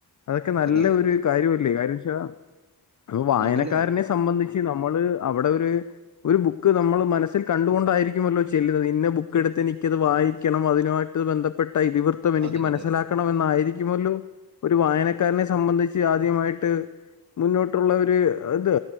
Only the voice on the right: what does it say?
അതെ അതെ
അല്ല
അതെ
അതെ അതെ